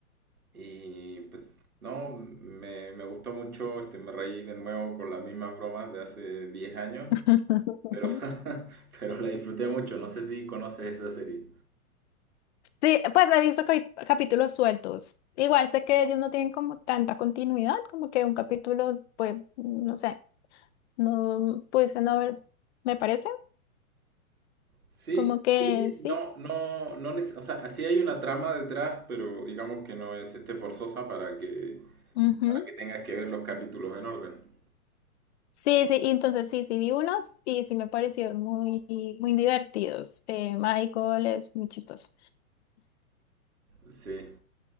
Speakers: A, on the right; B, on the left.
A: Y pues, no, me, me gustó mucho, este, me reí de nuevo con las mismas bromas de hace 10 años,
B: <laughs>
A: pero, <laughs> pero la disfruté mucho, no sé si conoces esa serie.
B: Sí, pues he visto que hay capítulos sueltos. Igual sé que ellos no tienen como tanta continuidad, como que un capítulo, pues, no sé, no pudiese no haber, me parece,
A: Sí,
B: como que
A: sí,
B: sí.
A: no, no, no, neces- o sea, sí hay una trama detrás, pero digamos que no es, este, forzosa para que,
B: Ujú.
A: para que tengas que ver los capítulos en orden.
B: Sí, sí, y entonces sí, sí vi unos y sí me pareció muy, muy divertidos. Eh, Michael es muy chistoso.
A: Sí.